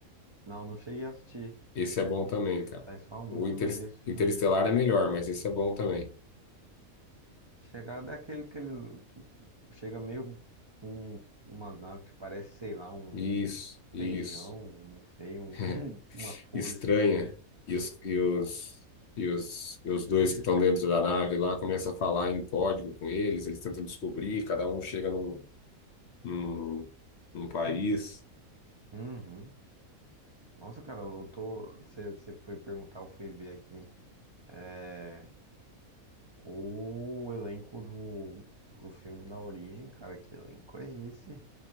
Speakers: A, on the right (about 45°); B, on the left (about 60°).
A: Não, não cheguei a assistir.
B: Esse é bom
A: Hum,
B: também, cara.
A: Mas falam muito
B: O Inter...
A: bem desse
B: Interestelar
A: filme,
B: é melhor, mas esse é bom também.
A: Chegada é aquele que ele que chega meio com uns- umas naves que parece, sei lá, um
B: Isso, isso.
A: feijão, não sei, um-
B: <laughs>
A: <laughs> uma folha.
B: estranha e os, e os, e os, e os dois que estão dentro da nave lá começam a falar em código com eles, eles tentam descobrir, cada um chega num, num, num país.
A: Uhum. Nossa, cara, eu tô. Você foi perguntar, eu fui ver aqui. É, o elenco do, do filme da Origem, cara, que elenco é esse?